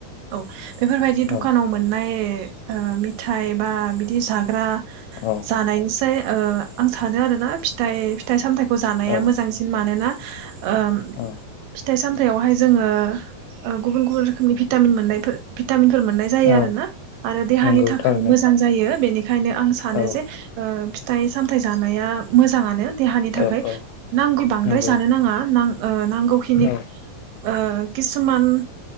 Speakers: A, on the right; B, on the left.
A: औ बेफोरबायदि दुखानाव
B: औ
A: मोननाय ओ मिथाय बा बिदि जाग्रा
B: औ
A: जानायनि सि ओ आं सानो आरोना फिथाइ फिथाइ सामथाइ खौ जानाया
B: औ
A: मोजांसिन मानोना फिथाइ
B: औ
A: सामथायावहाय जोङो ओ ओ गुबन गुबुन रोखोमनि भिटामिन मोननायफोर भिटामिनफोर मोननाय जायो
B: औ
A: आरोना आरो देहानि
B: नंगौ
A: थाखाय
B: थारैनो
A: मोजां जायो बेनि बेखायनो आं सानो
B: औ
A: जे ओ फिथथाय सामथायाइ जानाया मोजाङानो। देहानि थाखाय
B: औ औ
A: नांगौ बांद्राय
B: नंगौ
A: जानो नाङा नां ओ नांगौखिनि ओ
B: औ
A: किसुमान